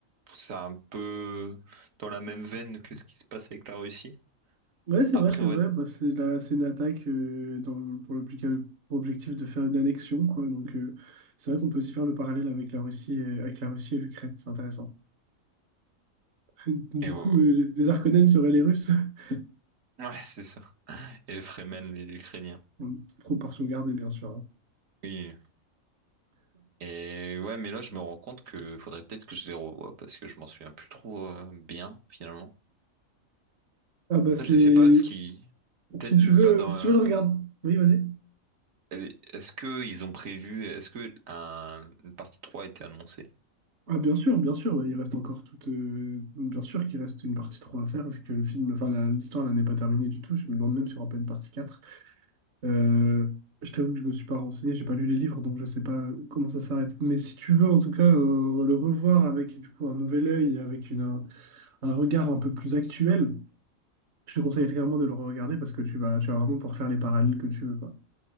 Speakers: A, on the right; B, on the right.
A: c'est un peu dans la même veine que ce qui se passe avec la Russie?
B: Ouais, c'est
A: Après,
B: vrai, c'est
A: ouais,
B: vrai. Bah, c'est la... c'est une attaque euh, dans le- pour l'objectif pour objectif de faire une annexion, quoi. Donc, euh, c'est vrai qu'on peut aussi faire le parallèle avec la Russie et, avec la Russie et l'Ukraine. C'est intéressant. <laughs> Du
A: et ouais,
B: coup, euh, les Arcanènes seraient les Russes. <laughs>
A: ouais, c'est ça. Et les Fremen, les Ukrainiens.
B: En toute proportion gardée, bien sûr. hein.
A: Oui, Et ouais, mais là, je me rends compte que faudrait peut-être que je les revoie parce que je m'en souviens plus trop euh, bien, finalement.
B: Ah, bah, c'est.
A: Après, je sais pas ce qui. Peut-être
B: Si
A: là,
B: tu veux,
A: dans.
B: si
A: euh,
B: tu veux le regarder. Oui, vas-y.
A: elle- Est-ce que ils ont prévu. Est-ce que un- une partie 3 a été annoncée?
B: Ah bien sûr, bien sûr, ouais, il reste encore toute, euh, bien sûr qu'il reste une partie 3 à faire, vu que le film, enfin la- l'histoire là n'est pas terminée du tout. Je me demande même s'il n'y aura pas une partie 4. Euh, je t'avoue que je me suis pas renseigné, j'ai pas lu les livres, donc je sais pas comment ça s'arrête. Mais si tu veux en tout cas euh, le revoir avec du coup un nouvel œil et avec une, un, un regard un peu plus actuel, je te conseille clairement de le regarder parce que tu vas, tu vas vraiment pouvoir faire les parallèles que tu veux, quoi.